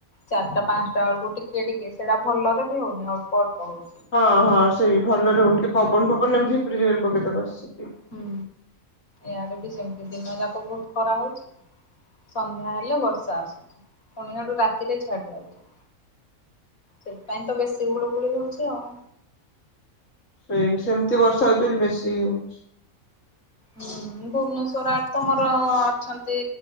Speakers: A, on the left; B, on the left.
A: ଚାରିଟା ପାଞ୍ଚଟା ବେଳକୁ ଟିକେ ଟିକେ ସେଇଟା ଭଲରେ ବି ହଉନି ଅଳ୍ପ ଅଳ୍ପ ହଉଛି।
B: ହଁ ହଁ ସେଇ ଭଲ ରହୁନ ଟିକେ ପବନ ଫବନ ଏମତି ଝିପରି ଝିପରି ପକେଇଦବା ବାସ।
A: ହୁଁ ଏୟା। ବି ସେମିତି ଦିନ ଯାକ ଭଉତୁ ଖରା ହଉଛି ସନ୍ଧ୍ୟା ହେଲେ ବର୍ଷା ଆସୁଛି ପୁଣିଆଡୁ ରାତିରେ ଛାଡି ଯାଉଛି ସେପାଇଁ ତ ବେଶୀ ଗୁଳୁ ଗୁଳି ହଉଛି ଆଉ।
B: ସେଇ ସେମିତି ବର୍ଷା ହଉଛି ବୋଲି ବେଶୀ ହଉଛି।
A: ହୁଁ ଭୁବନେଶ୍ୱର ଆଡ ତମର ଅଛନ୍ତି